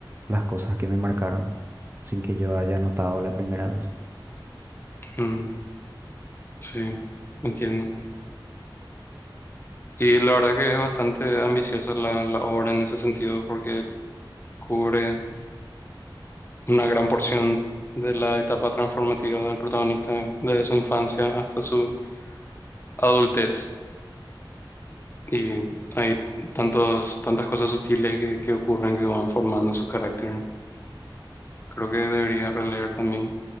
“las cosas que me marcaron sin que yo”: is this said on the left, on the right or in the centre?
Right